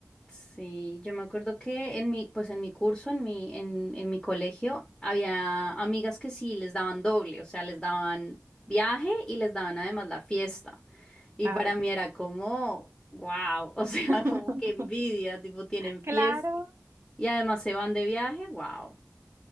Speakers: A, in the centre; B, on the right.
A: Sí, yo me acuerdo que en mi, pues en mi curso, en mi, en, en mi colegio, había amigas que sí les daban doble, o sea, les daban viaje y les daban además la fiesta. Y
B: ay,
A: para mí era como, wow, <laughs> o sea,
B: <laughs>
A: como que envidia, tipo, tienen
B: claro.
A: fiesta y además se van de viaje, wow.